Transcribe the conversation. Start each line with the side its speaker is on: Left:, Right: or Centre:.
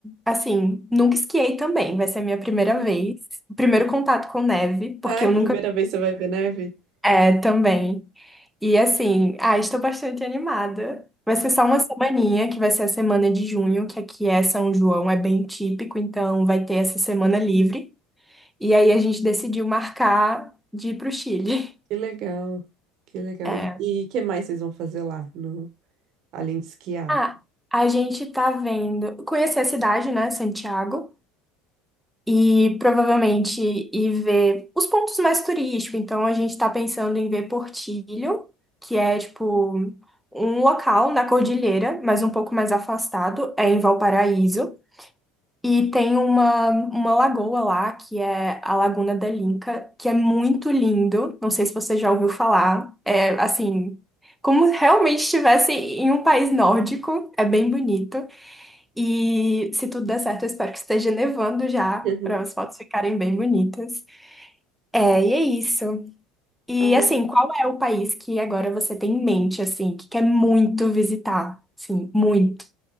Centre: assim, nunca esquiei também, vai ser a minha primeira
Right: <laughs>
Centre: vez, primeiro contato com neve, porque
Right: Ai,
Centre: eu
Right: primeira
Centre: nunca
Right: vez você vai ver neve?
Centre: é também. E assim, ah, estou bastante animada. Vai ser só uma semaninha, que vai ser a semana de junho, que aqui é São João, é bem típico, então vai ter essa semana livre. E aí a gente decidiu marcar de ir pro Chile.
Right: Que legal, que legal.
Centre: É.
Right: E o que mais vocês vão fazer lá, no, além de esquiar?
Centre: Ah, a gente tá vendo. Conhecer a cidade, né? Santiago. e provavelmente ir ver os pontos mais turísticos. Então, a gente está pensando em ver Portillo, que é tipo um local na cordilheira, mas um pouco mais afastado, é em Valparaíso. E tem uma, uma lagoa lá, que é a Laguna da Linca, que é muito lindo. Não sei se você já ouviu falar. É assim, como realmente estivesse em um país nórdico, é bem bonito. E se tudo der certo, eu espero que esteja nevando já,
Right: <laughs>
Centre: para as fotos ficarem bem bonitas. É, e é isso. E
Right: Ah,
Centre: assim, qual é o país que agora você tem em mente, assim, que quer muito visitar? Sim, muito.